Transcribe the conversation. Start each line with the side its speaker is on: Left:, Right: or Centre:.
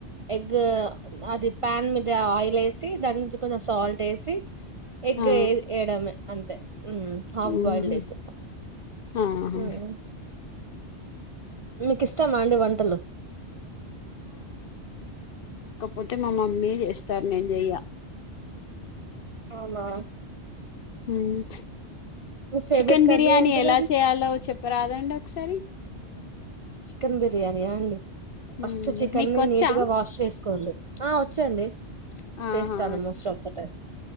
Right: egg అది ప్యాన్ మీద ఆయిల్ ఏసి దాని నుంచి కొంచెం సాల్ట్ ఏసి ఎగ్
Left: ఆ
Right: ఏయ్ ఎయిడమే అంతే ఉమ్ హఫ్
Left: ఊహు
Right: బాయిల్డ్ ఎగ్
Left: ఆహా
Right: మ్ మీకు ఇష్టామా అండి వంటలు
Left: ఓతే మా మమ్మీ చేస్తారు నేను చెయ్య
Right: అవునా
Left: మ్మ్
Right: మీ ఫేవరెట్
Left: చికెన్
Right: కర్రీ
Left: బిర్యానీ
Right: ఏంటిదండి
Left: ఎలా చేయాలో చెప్పరాదండి ఒకసారి
Right: చికెన్ బిర్యానీ ఆ అండి ఫస్ట్
Left: మ్మ్
Right: చికెన్
Left: మీకొచ్చా
Right: ని నీట్గా వాష్ చేసుకోండి ఆ వచ్చండి
Left: ఆహా
Right: చేస్తాను మోస్ట్ ఆఫ్ ద టైమ్